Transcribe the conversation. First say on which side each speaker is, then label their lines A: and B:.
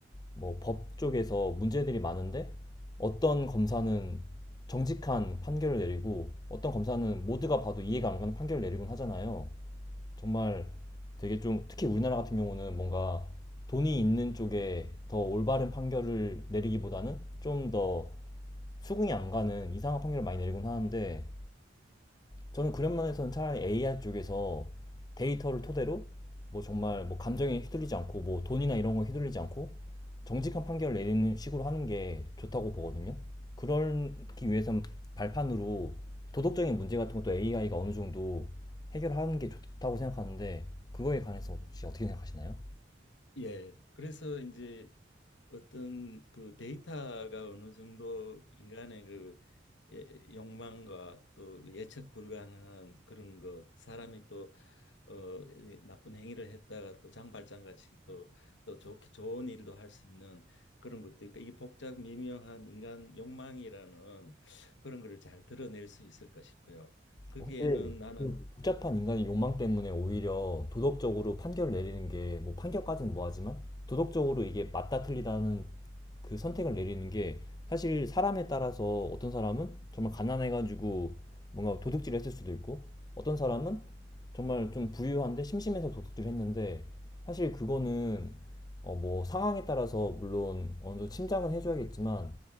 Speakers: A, on the left; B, on the left.
A: 뭐 법 쪽에서 문제들이 많은데 어떤 검사는 정직한 판결을 내리고 어떤 검사는 모두가 봐도 이해가 안 가는 판결을 내리곤 하잖아요. 정말 되게 좀 특히 우리나라 같은 경우는 뭔가 돈이 있는 쪽에 더 올바른 판결을 내리기보다는 좀 더 수긍이 안 가는 이상한 판결을 많이 내리곤 하는데 저는 그런 면에서는 차라리 AI 쪽에서 데이터를 토대로 뭐 정말 뭐 감정에 휘둘리지 않고 뭐 돈이나 이런 거 휘둘리지 않고 정직한
B: 예.
A: 판결을 내리는 식으로 하는 게 좋다고 보거든요. 그러기 위해서는 발판으로 도덕적인 문제 같은 것도 AI가 어느 정도 해결하는 게 좋다고 생각하는데 그거에 관해서 혹시 어떻게 생각하시나요?
B: 예, 그래서 이제 어떤 그 데이터가 어느 정도 인간의 그 예- 욕망과 또 그 예측 불가능한 그런 거 사람이 또 어, 이 나쁜 행위를 했다가 또 장발장 같이 또 또 좋게 좋은 일도 할 수 있는 그런 것도 있고 이 복잡 미묘한 인간 욕망이라는 그런 거를 잘 드러낼 수 있을까 싶어요. 거기에는
A: 어, 근데
B: 나는
A: 그 복잡한 인간의 욕망 때문에 오히려 도덕적으로 판결을 내리는 게, 뭐 판결까지는 뭐하지만, 도덕적으로 이게 맞다 틀리다는 그 선택을 내리는 게 사실 사람에 따라서 어떤 사람은 정말 가난해가지고 뭔가 도둑질을 했을 수도 있고, 어떤 사람은 정말 좀 부유한데 심심해서 도둑질을 했는데, 사실 그거는 어, 뭐 상황에 따라서 물론 어느 정도 침착은 해줘야겠지만,